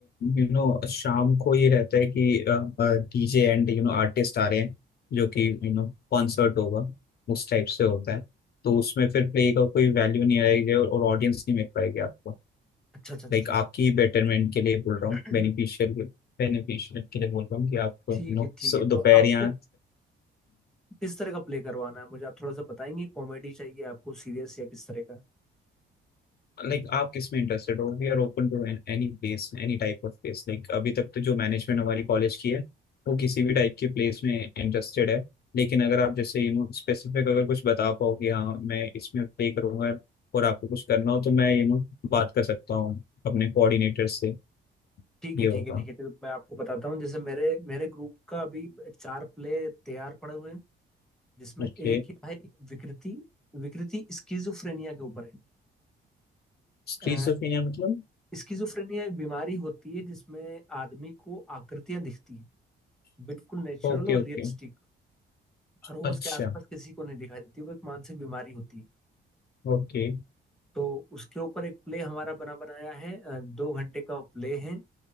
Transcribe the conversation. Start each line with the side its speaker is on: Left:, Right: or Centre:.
Left: यू नो शाम को ये रहता है कि DJ and you know artist आ रहे हैं जो कि यू नो कॉन्सर्ट होगा उस टाइप से होता है तो उसमें फिर प्ले का कोई वैल्यू नहीं आएगी और, और ऑडियंस नहीं मिल पाएगी आपको
Centre: अच्छा अच्छा अच्छा
Left: लाइक
Centre: अच्छा अच्छा।
Left: आपकी बेटरमेंट के लिए बोल
Centre: <clears throat>
Left: रहा हूँ बेनिफिशियल बेनिफिशियल के लिए बोल रहा हूँ कि आप
Centre: ठीक
Left: यू नो
Centre: है ठीक है
Left: दोपहर
Centre: तो आपको
Left: या
Centre: किस तरह का प्ले करवाना है मुझे आप थोड़ा सा बताएंगे कॉमेडी चाहिए आपको सीरियस या किस तरह का
Left: लाइक आप किस में इंटरेस्टेड हो We are open to any place any type of place Like अभी तक तो जो मैनेजमेंट हमारी कॉलेज की है वो किसी भी टाइप के प्लेस में इंटरेस्टेड है लेकिन अगर आप जैसे यू नो स्पेसिफिक अगर कुछ बता पाओ कि हाँ मैं इसमें प्ले करूंगा और आपको कुछ करना हो तो मैं यू नो बात कर सकता हूँ अपने कोऑर्डिनेटर से
Centre: ठीक
Left: ये
Centre: है ठीक
Left: होगा
Centre: है ठीक है तो मैं आपको बताता हूँ जैसे मेरे मेरे ग्रुप का अभी चार प्ले तैयार पड़े हुए हैं जिसमें
Left: ओके
Centre: एक ही भाई विकृति विकृति स्किजोफ्रेनिया के ऊपर
Left: स्किज़ोफ्रेनिया
Centre: है
Left: मतलब
Centre: स्किजोफ्रेनिया एक बीमारी होती है जिसमें आदमी को आकृतियां दिखती है बिल्कुल नेचुरल
Left: Okay
Centre: और
Left: okay
Centre: रियलिस्टिक रोज
Left: अच्छा
Centre: के आसपास किसी को नहीं दिखाई देती वो एक मानसिक बीमारी होती है
Left: ओके
Centre: तो उसके ऊपर एक प्ले हमारा बना बनाया है अ, दो घंटे का प्ले है